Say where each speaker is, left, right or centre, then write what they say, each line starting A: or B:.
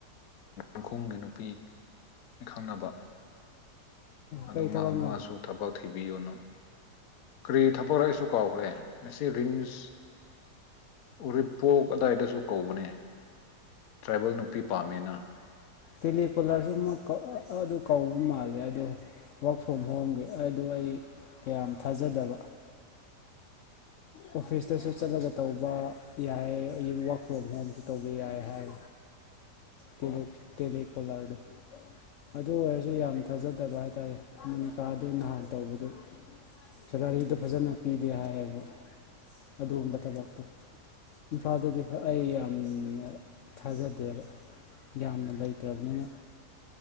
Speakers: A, on the left (about 60°); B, on the left (about 80°).
A: ꯎ ꯈꯣꯡꯒꯤ ꯅꯨꯄꯤ ꯏꯈꯪꯅꯕ ꯑꯗꯨ
B: ꯀꯩ ꯊꯕꯛꯅꯣ
A: ꯃꯥ ꯃꯥꯁꯨ ꯊꯕꯛ ꯊꯤꯕꯤꯌꯨꯅ ꯀꯔꯤ ꯊꯕꯛꯂ ꯑꯩꯁꯨ ꯀꯥꯎꯈ꯭ꯔꯦ ꯉꯁꯤ ꯔꯤꯝꯁ ꯎꯔꯤꯄꯣꯛ ꯑꯗꯥꯏꯗꯁꯨ ꯀꯧꯕꯅꯦ ꯇ꯭ꯔꯥꯏꯕꯦꯜ ꯅꯨꯄꯤ ꯄꯥꯝꯃꯦꯅ
B: ꯇꯦꯂꯤꯀꯨꯂꯔꯁ ꯑꯃ ꯑꯗꯨ ꯀꯧꯕ ꯃꯥꯜꯂꯦ ꯑꯗꯨ ꯋꯔꯛ ꯐ꯭ꯔꯣꯝ ꯍꯣꯝꯒꯤ ꯑꯗꯨ ꯑꯩ ꯀꯌꯥꯝ ꯊꯥꯖꯗꯕ ꯑꯣꯐꯤꯁꯇꯁꯨ ꯆꯠꯂꯒ ꯇꯧꯕ ꯌꯥꯏ ꯌꯨꯝ ꯋꯔꯛ ꯐ꯭ꯔꯣꯝ ꯍꯣꯝꯁꯨ ꯇꯧꯕ ꯌꯥꯏ ꯍꯥꯏ ꯇ
A: ꯑꯣ
B: ꯇꯦꯂꯦꯀꯣꯂꯥꯔꯗꯣ ꯑꯗꯨ ꯑꯣꯏꯔꯁꯨ ꯌꯥꯝ ꯊꯥꯖꯗꯕ ꯍꯥꯏꯇꯥꯔꯦ ꯃꯃꯤꯀꯥꯗꯨ ꯅꯍꯥꯟ ꯇꯧꯕꯗꯨ ꯁꯂꯔꯤꯗꯣ ꯐꯖꯅ ꯄꯤꯗꯦ ꯍꯥꯏꯌꯦꯕ ꯑꯗꯨꯒꯨꯝꯕ ꯊꯕꯛꯇꯣ ꯏꯝꯐꯥꯜꯗꯗꯤ ꯑꯩ ꯌꯥꯝ ꯊꯥꯖ ꯐꯠꯇꯦꯕ ꯌꯥꯝꯅ ꯂꯩꯇ꯭ꯔꯕꯅꯤꯅ